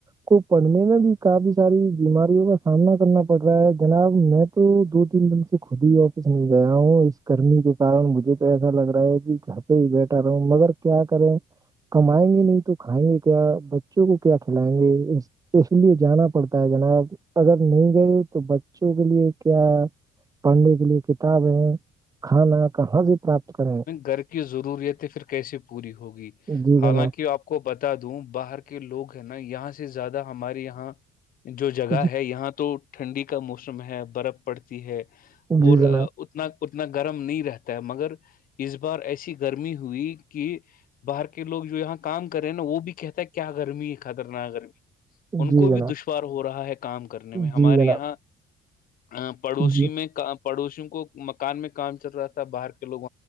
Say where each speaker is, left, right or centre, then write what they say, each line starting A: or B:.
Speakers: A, on the right (about 20°); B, on the left (about 55°).
A: کو پڑھنے میں بھی کافی ساری بیماریوں کا سامنا کرنا پڑ رہا ہے جناب میں تو دو تین دن سے خود ہی وافس میں گیا ہوں اس کرمی کے کن مجھے تو ایسا لگ رہا ہے کہ جھاں پہ ہی بیٹھ رہا ہ مگر کیا کریں کمائیں گے نہیں تو کھائیں گے کیا بچوں کو اٹ لائیں گے اس لیے جانا پڑتا ہے جناب اگر نہیں گئے تو بچوں کے لیے کیا پڑھنے کے لیے کتابیں کھانا کہاں سے پراپت کریں
B: گھر کی ضروریتیں پھر کیسے پوری ہوگی
A: جی جناب
B: حالانکہ آپ کو بتا دوں باہر کے لوگ ہیں نا یہاں سے زیادہ ہمارے یہاں جو جگہ
A: جی
B: ہے یہاں تو ٹھنڈی کا موسم ہے برف پڑتی ہے
A: جی
B: اور
A: جناب
B: اتنا اتنا گرم نہیں رہتا ہے مگر اس بار ایسی گرمی ہوئی کہ باہر کے لوگ جو یہاں کام کر رہے ہیں نا وہ بھی کہتا ہے کیا گرمی ہے خطرناک گرمی ان
A: جی
B: کو
A: جناب
B: بھی دشوار ہو رہا ہے کام کرنے میں ہمارے
A: جی جناب
B: یہاں ا پڑوسی
A: جی
B: میں پڑوسیوں کو مکان میں کام چل رہا تھا باہر کے لوگ